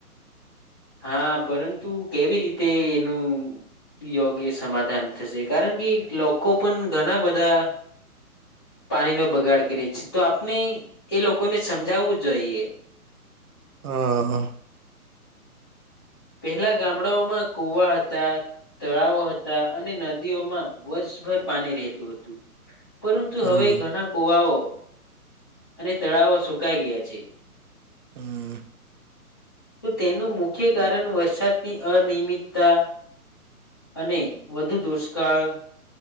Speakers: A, on the left; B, on the right.
A: હા, પરંતુ કેવી રીતે એનું યોગ્ય સમાધાન થશે. કારણ કે લોકો પણ ઘણા બધા પાણીનો બગાડ કરીએ છે. તો આપણે એ લોકોને સમજાવું જોઈએ.
B: હા
A: પહેલા ગામડાઓમાં કુવા હતા, તળાવો હતા અને નદીઓમાં વર્ષ ભર પાણી રહેતું હતું. પરંતુ
B: હમ
A: હવે ઘણા કુવાઓ અને તળાવો સુકાઈ ગયા છે.
B: હમ્મ.
A: તો તેનું મુખ્ય કારણ વરસાદની અનિમિતતા અને વધુ દુષ્કાળ